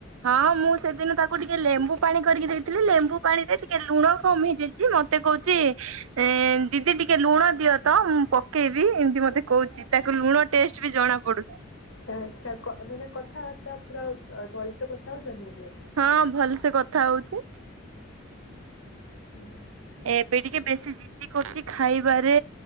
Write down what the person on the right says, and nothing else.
ହଁ ମୁଁ ସେଦିନ ତାକୁ ଟିକେ ଲେମ୍ବୁ ପାଣି କରିକି ଦେଇଥିଲି ଲେମ୍ବୁ ପାଣି ରେ ଟିକେ ଲୁଣ କମ୍ ହେଇଯାଇଛି ମତ୍ ତେ କହୁଛି ଏ ଦିଦି ଟିକେ ଲୁଣ ଦିଅ ତ ମୁଁ ପକେଇବି ଏମ୍ତି ମତେ କହୁଛି। ତାକୁ ଲୁଣ ଟେଷ୍ଟ୍ ବି ଜଣା ପଡୁଛି।
ହଁ ଭଲସେ କଥା ହଉଛି।
ଏବେ ଟିକେ ବେଶୀ ଜିଦି କରୁଛି ଖାଇବାରେ